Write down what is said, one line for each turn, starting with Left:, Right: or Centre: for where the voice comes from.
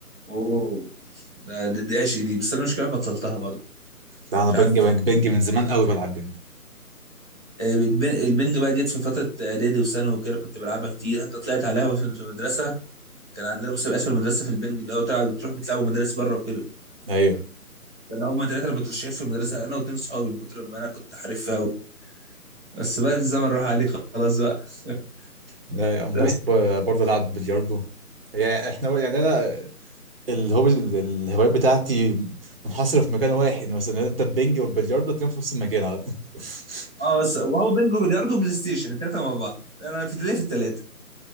Centre: اوه ده ده- دي عشق دي بس انا مش كده بطلتها برضه
Right: لا انا
Centre: مش
Right: بينج
Centre: عارف
Right: بينج من زمان قوي بلعب بينج
Centre: آه، الب- البنج بقى جيت في فتره اعدادي وثانوي وكده كنت بلعبها كتير حتى طلعت عليها في في المدرسه كان عندنا مسابقات في المدرسه في البنج اللي هو تلعب بتروح بتلعبوا مدارس بره وكده
Right: ايوه
Centre: انا هما ثلاثه اللي مترشحين في المدرسه انا واتنين صحابي من كتر ما انا كنت حريفها قوي بس بقى الزمن راح عليه خلاص بقى <laughs>
Right: لا انا
Centre: بس
Right: بحب برضه العب بلياردو يعني احنا يعني انا الهوبي الهوايات بتاعتي منحصره في مكان واحد مثلا انت البينج والبلياردو تلاقيهم في نفس المكان على طول <laughs>
Centre: اه بس وهو بينجو بلياردو وبلاي ستيشن الثلاثه مع بعض انا في ليه في الثلاثه